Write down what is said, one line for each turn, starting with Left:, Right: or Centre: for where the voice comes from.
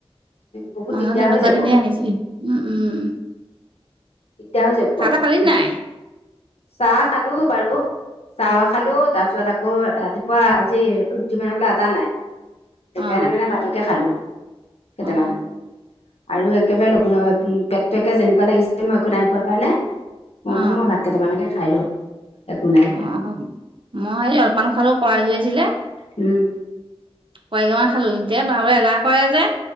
Left: বহুত
Right: মাহত
Left: দিগদাৰ
Right: এনেকুৱা
Left: হৈ যাব
Right: দিনে আহিছে উম উম।
Left: দিগদাৰ হৈ যাব
Right: চাহ তাহ খালি নাই
Left: চাহ খালো বাৰু। চাহ খালোঁ তাৰ পিছত আকৌ ৰাতিপুৱা আজি ৰুটি বনাবলৈ আটা নাই। সেইকাৰণে
Right: অ
Left: মানে ভাতকে খালোঁ।
Right: অ
Left: কেইটামান আৰু একেবাৰে পেটটো একে যেনেকুৱা লাগিছে একো নাই খোৱা কাৰণে
Right: অ
Left: মই বোলো মই ভাত কেটামানকে খাই লওঁ। একো নাই
Right: <inaudible>
Left: উম।
Right: কোৱিমমান খালো এতিয়া বনাবলৈ এলাহ কৰে যে।